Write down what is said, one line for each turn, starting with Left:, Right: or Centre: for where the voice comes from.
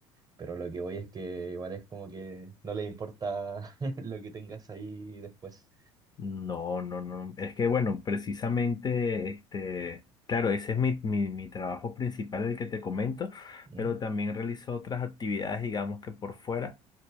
Right: Pero lo que voy es que igual es como que no les importa <laughs> lo que tengas ahí después.
Left: No, no, no. Es que bueno, precisamente, este, claro, ese es mi, mi, mi trabajo principal, el que te comento,
Right: Mm,
Left: pero también realizo otras actividades, digamos que por fuera.